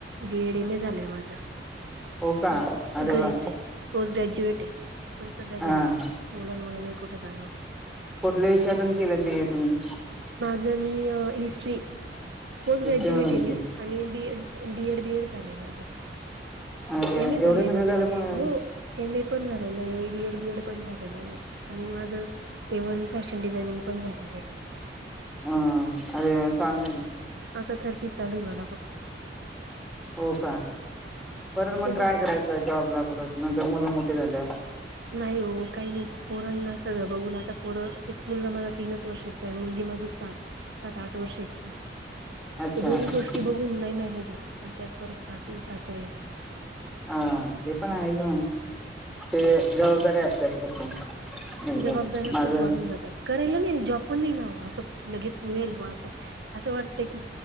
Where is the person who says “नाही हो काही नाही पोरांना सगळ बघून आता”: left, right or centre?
Right